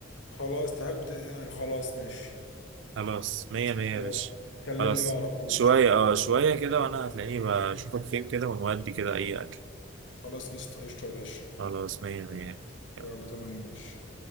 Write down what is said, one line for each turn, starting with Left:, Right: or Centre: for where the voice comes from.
Left: خلاص تعبت يعني خلاص ماشي
Right: خلاص مية
Left: بس،
Right: مية يا
Left: آه،
Right: باشا
Left: كلمني
Right: خلاص
Left: بقى على طول
Right: شوية
Left: قشطة يلا
Right: اه شوية كده وانا هتلاقيني بشوفك فين كده ونودي كده اي اكل
Left: خلاص قشطة قشطة يا باشا
Right: خلاص مية مية
Left: يلا تمام ماشي